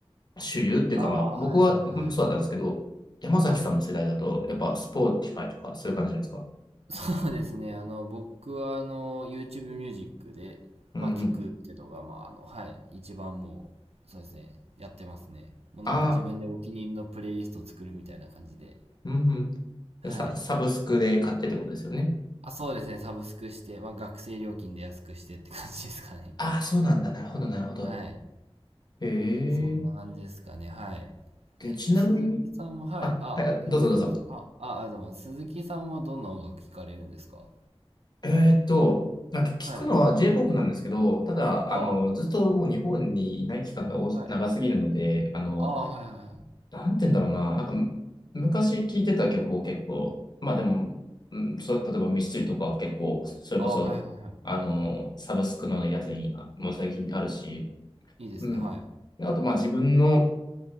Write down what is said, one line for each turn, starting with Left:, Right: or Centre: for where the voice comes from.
Left: 主流っていうか、
Right: ああ、
Left: まあ、僕はうんそうだったんですけど、
Right: はいはいはいはい。
Left: 山崎さんの世代だと、
Right: はい。
Left: やっぱ、スポーティファイとか、そういう感じじゃないですか。
Right: そうですね。あの、僕はあの、YouTube ミュージックで、
Left: うんうん。
Right: まあ、聞くっていうのが、まあ、あの、はい、一番もう、そうですね、やってますね。もうなんか自分でお気に入りのプレイリストを作るみたいな感じで。
Left: ああ、うん
Right: はい。
Left: うんサ。サブスクで買ってってことですよね。
Right: あ、そうですね、サブスクして、まあ、学生料金で安くしてって感じですかね。
Left: ああ、そうなんだ。なるほど、なるほど。
Right: <laughs> はい。
Left: へ
Right: そんな感じですかね、
Left: え。
Right: はい。
Left: で、
Right: え、
Left: ちなみに、
Right: 鈴木さんは、はい。
Left: あ、
Right: あ、
Left: はい、あどうぞどうぞ。
Right: 全然どうぞ。あ、あ、あ、でも、鈴木さんはどんな音楽聴かれるんですか
Left: えーっと、なんか聞くのは
Right: はい。
Left: J-POP なんですけど、ただ、
Right: ああ、
Left: あの、ずっともう日本にいない期間が多長すぎるので、
Right: はい。
Left: あの、
Right: ああ、はいはいはい。
Left: なんて言うんだろうな。なんかむ、昔聴いてた曲を結構、まあでも、うん、そう、例えばミスチルとかは結構、それこそ、
Right: ああ、はいはいはい。
Left: あの、サブスクのやつにあもう最近あるし、
Right: いいですね、
Left: うん。
Right: はい。
Left: であと、まあ自分の、